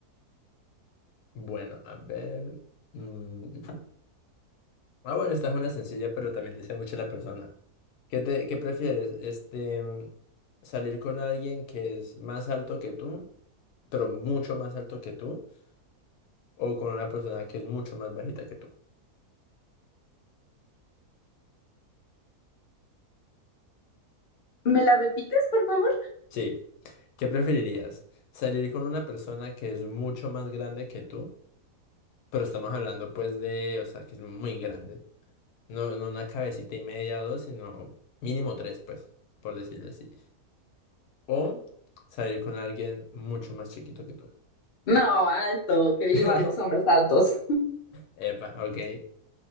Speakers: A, on the left; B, on the left.
A: Bueno, a ver. mm, Ah, bueno, esta es una sencilla, pero también dice mucho la persona. ¿Qué te, qué prefieres? Este, mm, salir con alguien que es más alto que tú, pero mucho más alto que tú, o con una persona que es mucho más bajita que tú.
B: ¿Me la repites, por favor?
A: Sí. ¿Qué preferirías? ¿Salir con una persona que es mucho más grande que tú? Pero estamos hablando pues de, o sea, que es muy grande. No, no una cabecita y media o dos, sino mínimo tres, pues, por decirlo así. O salir con alguien mucho más chiquito que tú.
B: No, alto, que vivan
A: <laughs>
B: los hombres altos.
A: Epa, ok.